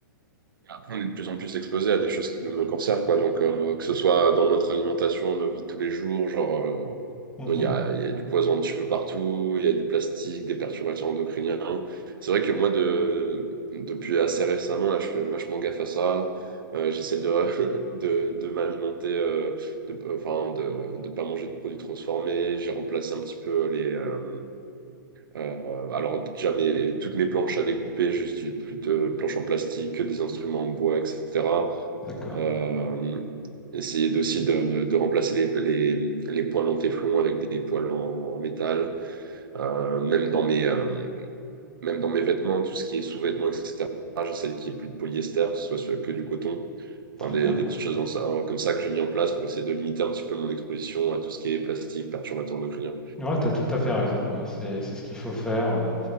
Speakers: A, on the right; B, in the centre.
A: Après, on est de plus en plus exposé à des choses qui nous conservent, quoi. Donc, euh, que ce soit dans notre alimentation, nos vies de tous les jours, genre. euh,
B: Mhm.
A: Il y a, il y a du poison un petit peu partout, il y a du plastique, des perturbateurs endocriniens. C'est vrai que moi, de, depuis assez récemment, là, je fais vachement gaffe à ça. Euh, j'essaie de, <laughs> de, de m'alimenter, euh, de, euh, enfin, de ne pas manger de produits transformés. J'ai remplacé un petit peu les. euh, euh, alors, déjà, mes- toutes mes planches à découper, j'utilise plus de planches en plastique que des instruments en bois, etc.
B: D'accord,
A: Euh, essayer aussi de, de remplacer les, les, les poils en téflon avec des poils en, en métal, Euh, même dans mes, euh, même dans mes vêtements, tout ce qui est sous-vêtements, etc. J'essaie qu'il n'y ait plus de polyester, que ce soit sur- que du coton.
B: très
A: Enfin, des,
B: bien.
A: des petites choses dans ça- hein, comme ça que j'ai mis en place pour essayer de limiter un petit peu mon exposition à tout ce qui est plastique, perturbateur endocrinien.
B: Ouais, tu as tout à fait raison. ouais, C'est c'est ce qu'il faut faire. euh.